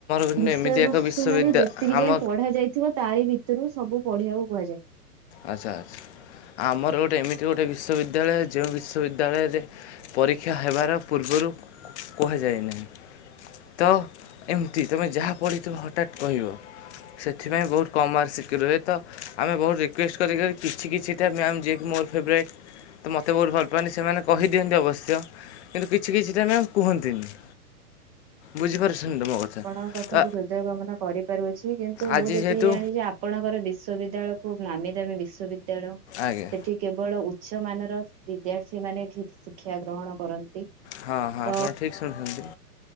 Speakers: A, on the left; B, on the right.
A: କିନ୍ତୁ
B: ବିଷୟ
A: ଏମିତି
B: ବସ୍ତୁ
A: ଏକ ବିଶ୍ୱବିଦ୍ୟା
B: ମାନେ ଯେତିକି
A: ଆମ
B: ଯାଏଁ ପଢା ଯାଇଥିବ। ତାରି ଭିତରୁ ସବୁ ପଢିବାକୁ କୁହାଯାଏ।
A: ଆଚ୍ଛା ଆଚ୍ଛା ଆମର ଗୋଟେ ଏମିତି ଗୋଟେ ବିଶ୍ୱବିଦ୍ୟାଳୟ ଯେଉଁ ବିଶ୍ୱବିଦ୍ୟାଳୟରେ ପରୀକ୍ଷା ହେବାର ପୂର୍ବରୁ କୁହାଯାଏ ନାହିଁ। ତ ଏମିତି ତୁମେ ଯାହା ପଢ଼ିଥିବ ହଟାତ୍ କହିବ। ସେଥିପାଇଁ ବହୁତ କମ୍ ମାର୍କ ଶିଖି ରୁହେ ତ ଆମେ ବହୁତ ରିକ୍ୱେଷ୍ଟ କରିକ କିଛି କିଛି ଟା ମ୍ୟାଆମ ଜିଏକି ମୋର ଫେଭରାଟ୍। ତ ମୋତେ ବହୁତ ଭଲ ପାଆନି ସେମାନେ କହିଦିଅନ୍ତି ଅବଶ୍ୟ କିନ୍ତୁ କିଛି କିଛିଟା ମ୍ୟାମ୍ କୁହନ୍ତିନି। ବୁଝିପାରୁଛନ୍ତିୁ ତ ମୋ କଥା।
B: ଆପଣଙ୍କ କଥାକୁ
A: ତ
B: ହୃଦୟ ଗମନ କରିପାରୁଅଛି କିନ୍ତୁ
A: ଆଜି
B: ମୁଁ ଯେତିକି
A: ଯେହେତୁ
B: ଜାଣିଛି ଆ ଆପଣଙ୍କର ବିଶ୍ୱବିଦ୍ୟାୟ କୁ ନାମୀ ଦାମୀ ବିଶ୍ୱବିଦ୍ୟାଳୟ।
A: ଆଜ୍ଞା।
B: ଏଠି କେବଳ ଉଚ୍ଚ ମାନର ବିଦ୍ୟାର୍ଥୀ ମାନେ ଶିକ୍ଷା ଗ୍ରହଣ କରନ୍ତି।
A: ହଁ ହଁ
B: ତ
A: ଆପଣ ଠିକ୍ ଶୁଣୁଚନ୍ତି